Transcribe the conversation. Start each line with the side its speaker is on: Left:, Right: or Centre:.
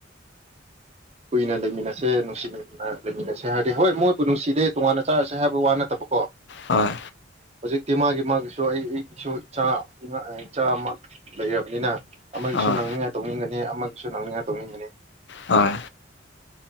Right: ꯀꯨꯏꯅ ꯂꯩꯃꯤꯟꯅꯁꯦ ꯅꯨꯡꯁꯤꯟꯅ ꯂꯩꯃꯤꯟꯅꯁꯦ ꯍꯥꯏꯔꯗꯤ ꯍꯣꯏ ꯃꯣꯏꯕꯨ ꯅꯨꯡꯁꯤꯗꯦ ꯇꯣꯉꯥꯟꯅ ꯆꯥꯔꯁꯦ ꯍꯥꯏꯕ ꯋꯥ ꯅꯠꯇꯕꯀꯣ
Left: ꯍꯣꯏ
Right: ꯍꯧꯖꯤꯛꯇꯤ ꯃꯥꯒꯤ ꯃꯥꯒꯤꯁꯨ ꯑꯩ ꯑꯩꯒꯤꯁꯨ ꯏꯆꯥ ꯏꯆꯥ ꯑꯃ ꯂꯩꯔꯕꯅꯤꯅ ꯑꯃꯒꯤꯁꯨ
Left: ꯍꯣꯏ
Right: ꯅꯪꯅꯤꯡꯉꯥꯏ ꯇꯧꯅꯤꯡꯒꯅꯤ ꯑꯃꯒꯤꯁꯨ ꯅꯪꯅꯤꯡꯉ ꯇꯧꯅꯤꯡꯕꯅꯤ
Left: ꯍꯣꯏ